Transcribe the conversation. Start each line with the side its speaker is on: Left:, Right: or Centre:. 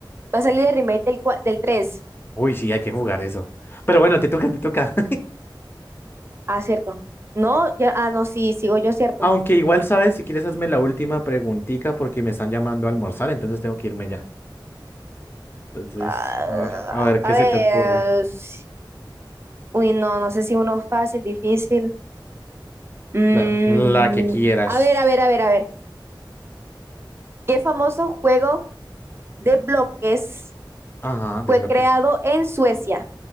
Right: va a salir el remake del, cua- del 3.
Left: Uy, sí, hay que jugar eso. Pero bueno, te toca, te toca.
Right: Ah, cierto. No, ya, ah, no, sí, sigo yo,
Left: <laughs>
Right: cierto.
Left: Aunque igual sabes, si quieres hazme la última preguntica porque me están llamando a almorzar, entonces tengo que irme ya. Entonces,
Right: Ah,
Left: a, a ver qué
Right: a ver,
Left: se te ocurre.
Right: s- uy, no, no sé si uno fácil, difícil. Mm,
Left: La, la que quieras.
Right: a ver, a ver, a ver, a ver. ¿Qué famoso juego de bloques
Left: Ajá, de
Right: fue
Left: bloques.
Right: creado en Suecia?